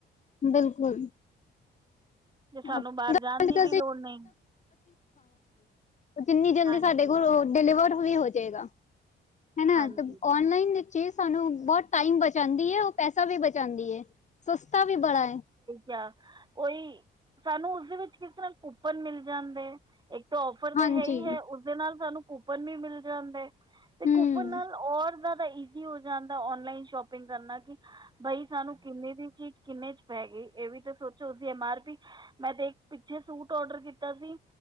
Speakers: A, on the left; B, on the right.
A: ਬਿਲਕੁਲ।
B: ਅਤੇ
A: <inaudible>
B: ਸਾਨੂੰ ਬਾਹਰ ਜਾਣ ਦੀ ਵੀ ਲੋੜ ਨਹੀਂ
A: ਜਿੰਨੀ ਜਲਦੀ
B: ਹਾਂਜੀ
A: ਸਾਡੇ ਕੋਲ ਓਹ ਡਿਲੀਵਰ ਵੀ ਹੋ ਜਾਏਗਾ ਹਨਾ,
B: ਹਾਂਜੀ
A: ਤੇ ਔਨਲਾਈਨ ਚੀਜ਼ ਸਾਨੂੰ ਬੌਤ ਟਾਈਮ ਬਚਾਉਂਦੀ ਹੈ ਉਹ ਪੈਸਾ ਵੀ ਬਚਾਉਂਦੀ ਹੈ ਸਸਤਾ ਵੀ ਬੜਾ ਹੈ।
B: ਯਾ ਉਹੀ ਸਾਨੂੰ ਉਸਦੇ ਵਿੱਚ ਕਿਸ ਤਰ੍ਹਾਂ ਕੂਪਨ ਮਿਲ ਜਾਂਦੇ। ਇੱਕ ਤਾ ਔਫਰ ਤੇ
A: ਹਾਂਜੀ
B: ਹੈ ਹੀ ਹੈ ਉਸਦੇ ਨਾਲ ਸਾਨੂੰ ਕੂਪਨ ਵੀ ਮਿਲ ਜਾਂਦੇ।
A: ਹੂੰ
B: ਤੇ ਕੂਪਨ ਨਾਲ ਔਰ ਜਾਦਾ ਈ ਜੀ ਹੋ ਜਾਂਦਾ ਔਨਲਾਈਨ ਸ਼ੋਪਿੰਗ ਕਰਨਾ ਕਿ ਬਈ ਸਾਨੂੰ ਕਿੰਨੇ ਦੀ ਚੀਜ਼ ਕਿੰਨੇ ਚ ਪੈ ਗੀ ਇਹ ਵੀ ਤੇ ਸੋਚੋ ਉਸਦੀ ਐਮ ਆਰ ਪੀ ਮੈਂ ਤੇ ਪਿੱਛੇ ਇਕ ਸੂਟ ਓਡਰ ਕੀਤਾ ਸੀ।